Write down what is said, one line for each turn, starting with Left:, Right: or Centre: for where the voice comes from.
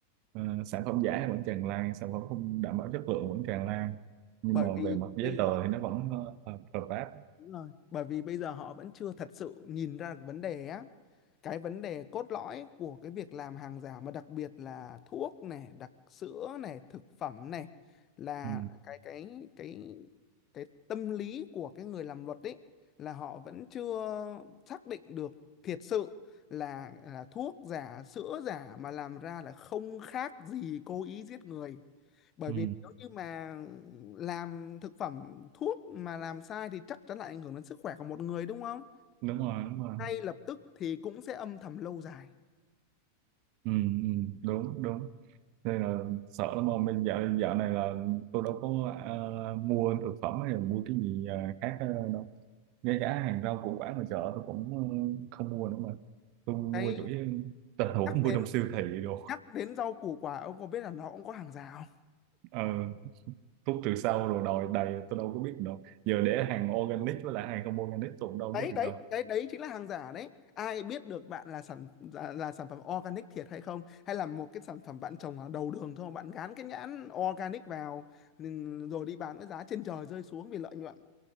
Right: ờ, sản phẩm giả thì vẫn tràn lan sản phẩm không đảm bảo chất lượng vẫn tràn lan nhưng
Left: bởi
Right: mà
Left: vì
Right: về mặt giấy
Left: bây giờ
Right: tờ thì nó vẫn ờ, hợp hợp pháp
Left: đúng rồi bởi vì bây giờ họ vẫn chưa thật sự nhìn ra được vấn đề á cái vấn đề cốt lõi của cái việc làm hàng giả mà đặc biệt là thuốc này, đặc sữa này, thực phẩm này là
Right: ừ,
Left: cái cái cái cái tâm lý của cái người làm luật ấy là họ vẫn chưa xác định được thiệt sự là là thuốc giả, sữa giả mà làm ra là không khác gì cố ý giết người. Bởi
Right: ừ,
Left: vì nếu như mà làm thực phẩm thuốc mà làm sai thì chắc chắn lại ảnh hưởng đến sức khỏe của một người đúng không?
Right: đúng rồi đúng rồi
Left: ngay lập tức thì cũng sẽ âm thầm lâu dài
Right: ừ, ừ, đúng đúng nên là sợ lắm mà mình dạo dạo này là tôi đâu có ờ, mua thực phẩm hay là mua cái gì ờ, khác ờ, đâu ngay cả hàng rau củ quả mà chợ tôi cũng ờ, không mua nữa mà tôi mua
Left: đấy
Right: chủ yếu tình huống
Left: nhắc
Right: mua
Left: đến
Right: trong siêu thị đồ
Left: nhắc đến rau củ quả ông có biết là nó cũng có hàng giả không
Right: ờ, thuốc trừ sâu rồi đòi đầy tôi đâu có biết đâu giờ để hàng organic với lại hàng không organic tôi cũng đâu
Left: đấy
Right: biết được
Left: đấy
Right: đâu
Left: đấy đấy chính là hàng giả đấy ai biết được bạn là sản là, là sản phẩm organic thiệt hay không hay là một cái sản phẩm bạn trồng ở đầu đường thôi bạn gán cái nhãn organic vào ừm, rồi đi bán với giá trên trời rơi xuống vì lợi nhuận